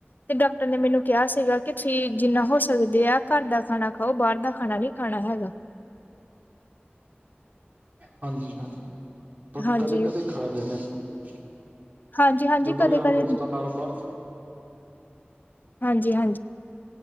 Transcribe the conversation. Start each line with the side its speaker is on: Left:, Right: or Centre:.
Left: ਤੇ ਡਾਕਟਰ ਨੇ ਮੈਨੂੰ ਕਿਹਾ ਸੀਗਾ, ਕਿ ਤੁਸੀਂ ਜਿੰਨਾ ਹੋ ਸਕਦੇ ਆ ਘਰ ਦਾ ਖਾਣਾ ਖਾਓ, ਬਾਹਰ ਦਾ ਖਾਣਾ ਨੀ ਖਾਣਾ ਹੈਗਾ।
Right: ਹਾਂਜੀ, ਹਾਂਜੀ। ਪਰ
Left: ਹਾਂਜੀ,
Right: ਕਦੇ ਕਦੇ ਖਾ ਲੈਣੇ ਹ,
Left: ਹਾਂਜੀ-ਹਾਂਜੀ
Right: ਜਦੋਂ
Left: ਕਦੇ-ਕਦੇ
Right: ਯਾਰ ਦੋਸਤਾਂ ਨਾਲ ਬਾਹਰ
Left: ਹਾਂਜੀ ਹਾਂਜੀ,